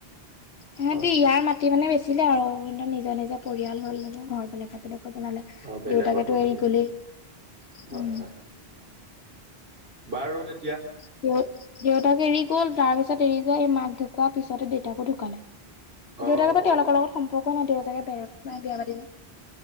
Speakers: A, on the left (about 80°); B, on the right (about 70°).
A: হেহতি
B: হয়
A: ইয়াৰ মাটি মানে বেছি এতিয়া আৰু নিজৰ-নিজৰ পৰিয়াল হ'ল নি ঘৰ বনালে
B: অ বেলেগত
A: দেউতাকেতো
B: বনালে
A: এৰি গলেই,
B: হয়
A: উম।
B: হয় বাৰু তে
A: <inaudible> দেউতাকে এৰি গ'ল তাৰ পিছত এৰি যোৱা এই মাক ঢুকোৱাৰ পিছতে দেউতাকো ঢুকালে
B: অ
A: দেউতাকৰ পৰা
B: অ
A: তেওঁলোকৰ লগত সম্পৰ্কই নাই, দেউতাকে বে বিয়া পাতিলে।